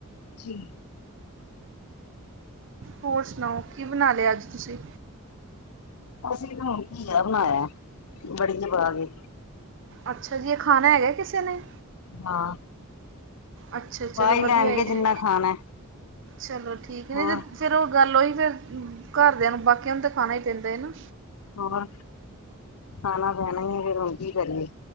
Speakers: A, on the left (about 85°); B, on the right (about 55°).
A: ਜੀ।
B: ਹੋਰ ਸੁਣਾਓ, ਕੀ ਬਣਾ ਲਿਆ ਅੱਜ ਤੁਸੀਂ।
A: ਅਸੀ ਤਾਂ ਹੁਣ ਘੀਆ ਬਣਾਇਆ ਹੈ, ਵੜੀ ਜੀ ਪਾ ਕੇ।
B: ਅੱਛਾ ਜੀ। ਇਹ ਖਾਣਾ ਹੈਗਾ, ਕਿਸੇ ਨੇ।
A: ਹਾਂ!
B: ਅੱਛਾ
A: ਖਾ
B: ਚਲੋ
A: ਹੀ
B: ਵਧੀਆ
A: ਲੈਣਗੇ
B: ਹੈ ਜੀ।
A: ਜਿੰਨਾ ਖਾਣਾ
B: ਚਲੋ ਠੀਕ ਨਹੀਂ
A: ਹੋਰ
B: ਤੇ? ਚਲੋ ਗੱਲ ਉਹੀ ਫਿਰ, ਘਰਦਿਆਂ ਨੂੰ, ਬਾਕੀਆਂ ਨੂੰ, ਤਾਂ ਖਾਣਾ ਹੀ ਪੈਂਦਾ ਹੈ ਨਾ।
A: ਹੋਰ, ਖਾਣਾ ਪੈਣਾ ਹੀ ਹੈ। ਫਿਰ ਹੁਣ ਕੀ ਕਰੀਏ।